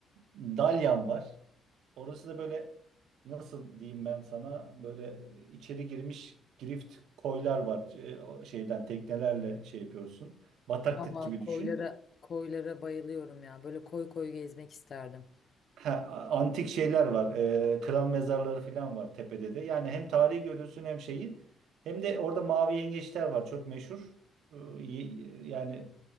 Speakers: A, on the right; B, on the left.
A: Dalyan var. Orası da böyle nasıl diyeyim ben sana böyle içeri girmiş grift koylar var. Ee, o şeyden teknelerle şey yapıyorsun. Bataklık
B: Ama
A: gibi
B: koylara
A: düşün.
B: koylara bayılıyorum ya. Böyle koy koy gezmek isterdim.
A: Ha, a- antik şeyler var. Ee, kral mezarları falan var tepede de. Yani hem tarihi görüyorsun hem şeyi. Hem de orada mavi yengeçler var. Çok meşhur. Ee, ye- yani